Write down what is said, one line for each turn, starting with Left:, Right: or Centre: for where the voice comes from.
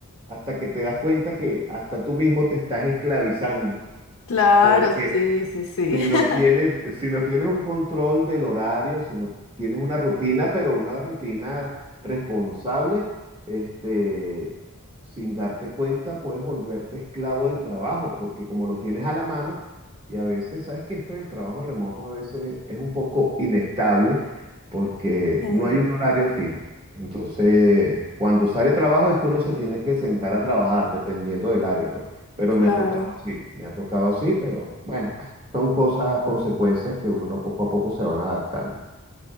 Right: hasta que te das cuenta que hasta tú mismo te estás esclavizando.
Left: claro,
Right: Porque
Left: sí, sí, sí.
Right: si no
Left: <laughs>
Right: tienes, si no tienes un control del horario, si no tienes una rutina, pero una rutina responsable, este, sin darte cuenta puedes volverte esclavo del trabajo, porque como lo tienes a la mano, y a veces, sabes que esto del trabajo remoto a veces es un poco inestable, porque
Left: Sí,
Right: no hay un horario fijo. Entonces, cuando sale trabajo es que uno se tiene que sentar a trabajar, dependiendo del área, pues. Pero
Left: claro.
Right: me ha tocado así, me ha tocado así, pero bueno. Son cosas, consecuencias que uno poco a poco se van adaptando.